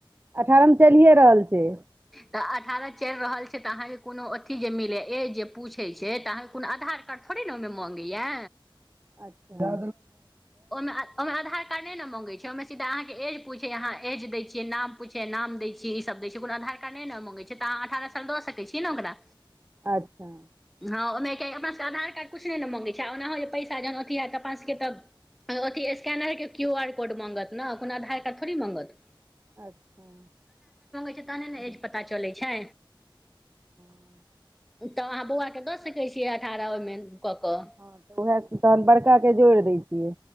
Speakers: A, on the right; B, in the centre.
A: अठारहम चलिए रहल छै
B: तऽ अठारह चलि रहल छै तऽ अहाँके कोनो अथी जे मिले ए जे पूछे छै तऽ अहाँके कोनो आधार कार्ड थोड़ी ने ओहिमे मंगैया
A: अच्छा
B: ओना ओहिमे आधार कार्ड न ने मांगे छै ओहिमे सीधा अहाँ के एज पूछे अहाँ एज दैय छियै नाम पूछे नाम दै छियै ई सब द छै कोनो आधार कार्ड नहि ने मंगे छै त अहां अठारह साल दऽ सकै छ छीय नऽ ओकरा
A: अच्छा
B: हँ ओहिमे अपनाके आधार कार्ड किछु नहि ने मगै छै आ ओना हो जे पैसा जखन अथि हयत अपनास सबके तऽ अथि स्कैनर के क्यू आर कोड मङ्गत न कोनो आधार कार्ड थोड़े मङ्गत
A: अच्छा हँ
B: छै तहने ने एज पता चलै छै
A: <unintelligible>
B: तऽ आ बौआके दऽ सकैत छियै अठारह ओहिमे कऽ कऽ
A: हँ तऽ उएह तहन बड़का के जोड़ि दै छियै